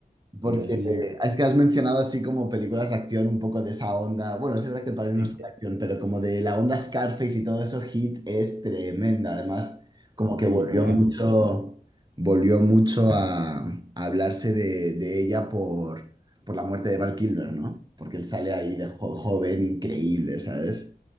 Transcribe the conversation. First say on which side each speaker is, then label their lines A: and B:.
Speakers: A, on the right; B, on the right.
A: Porque
B: Me pareció
A: eh,
B: muy
A: es que has mencionado así como películas de acción, un poco de esa onda. Bueno, sí es verdad que El Padrino
B: Sí,
A: no es de acción, pero como de la onda Scarface y todo eso, Hit es tremenda. Además, como que
B: sí,
A: volvió
B: gran
A: mucho,
B: protagonista.
A: volvió mucho a, a hablarse de, de ella por, por la muerte de Val Kilmer, ¿no? Porque él sale ahí de jo- joven, increíble, ¿sabes?